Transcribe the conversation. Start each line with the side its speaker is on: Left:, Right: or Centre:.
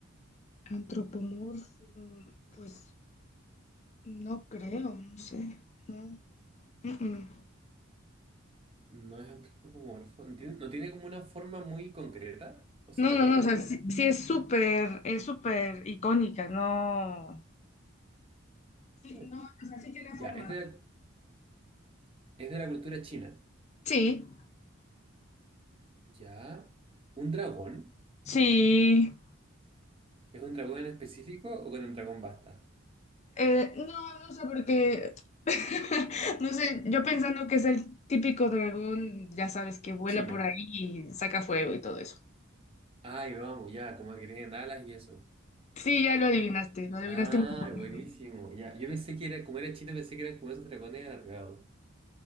Left: Antropomorfo, pues no creo, no sé, no. Mm, mm.
Right: No es antropomorfo. ¿No tiene, no tiene como una forma muy concreta? ¿O si
Left: No,
Right: la
Left: no,
Right: tiene?
Left: no, o sea, sí, sí es súper, es súper icónica, no. Sí,
Right: Mm.
Left: no, o sea, sí tiene
Right: Ya,
Left: forma.
Right: es de la, es de la cultura china.
Left: Sí,
Right: Ya. ¿Un dragón?
Left: sí.
Right: ¿Es un dragón en específico o con un dragón basta?
Left: Eh, no, no sé, porque, <laughs> no sé, yo pensando que es el típico dragón, ya sabes, que vuela
Right: Chino.
Left: por ahí y saca fuego y todo eso.
Right: Ay, vamos, ya, como que tienen alas y eso.
Left: Sí, ya lo adivinaste, lo adivinaste
Right: Ah,
Left: muy bien.
Right: buenísimo, ya. Yo pensé que era, como era chino, pensé que eran como esos dragones alargados,